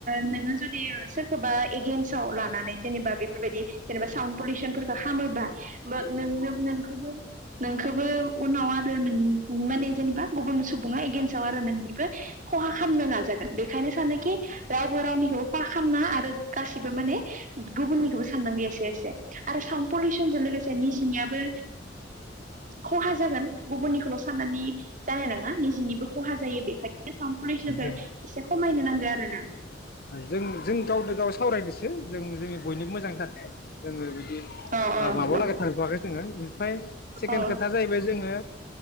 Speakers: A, on the right; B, on the left.
A: नोङो जुदि सोरखौबा एगेेनसाव लानानै जेनेबा बेफोरबायदि जेनेबा साउड पलिउसनफोरखौ खामोबा नों नोंखौबो नोंखौबो उनाव आरो नों नों माने जेनेबा गुबुन सुबुङा एगेन्साव आरो नोंनिबो खहा खालामनो नाजागोन बेखायनो सानोखि रावबो रावनिखौबो खहा खालामनाङा आरो गासिबो माने गुबुननिखौबो साननांगौ एसे एसे। आरो साउन्ड पलिउसनजों लोगोसे निजनि बो खहा जागोन गुबुननिखौल' साननानै जानाय नङा निजिनिबो खहा जायो बेखायनो बे साउन्ड पलुसनखो
B: उम
A: एसे ख खमायनो नांगो आरोना।
B: जों जों गावदो गाव सावराय दोसो जों जों बयनिबो मोजांनि थाखाय जोङो बिदि
A: औ औ
B: माबालागै थांथ'वाखै जोङो ओमफ्राय सेकेणड
A: औ
B: खोथाया जाहैबाय जोङो